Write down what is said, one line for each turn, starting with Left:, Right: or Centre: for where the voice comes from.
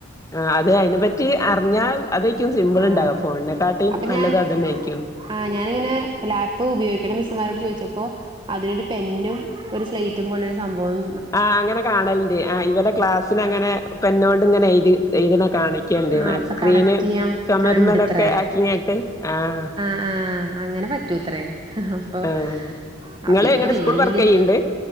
Left: ആഹ അത് അതിനെ പറ്റി അറിഞ്ഞാൽ അതായിരിക്കും സിംമ്പിൾ
Right: ആഹ്
Left: ഉണ്ടാക ഫോണിനെക്കാട്ടും
Right: അപ്പൊ
Left: നല്ലത്
Right: ഞാൻ
Left: അതന്നെ ആയിരിക്കും.
Right: ആഹ് ഞാനിങ്ങനെ ലാപ്പ് ഉപയോഗിക്കണ മിസ്സുമാരോട് ചോദിച്ചപ്പോ.. അതിനൊരു പെന്നും ഒരു സ്ലേറ്റും പോലൊരു സംഭവും
Left: ആഹ് അങ്ങനെ കാണല്ണ്ട് ആഹ് ഇവലെ ക്ലാസ്സിലങ്ങനെ പെന്നോണ്ട് ങ്ങനെഴ്തി എയ്ത്ണെ കാണിക്കല്ണ്ട്
Right: ആഹ്
Left: അയ്ൻ്റെ
Right: അപ്പൊ
Left: സ്ക്രീന്
Right: കണക്ട് ചെയ്യാൻ പ
Left: ചൊമര്മ്മലൊക്കെ
Right: ഉണ്ടത്രേ
Left: ആക്കിങ്ങായിട്ട് ആഹ്
Right: ആഹ് അങ്ങനെ പറ്റൂത്രേ അപ്പൊ
Left: ആഹ് ഇങ്ങള്
Right: ആഹ് പിന്നെ
Left: എങ്ങനെ
Right: വെല്യ.
Left: സ്കൂൾ വർക്കെയ്യ്ണ്ട്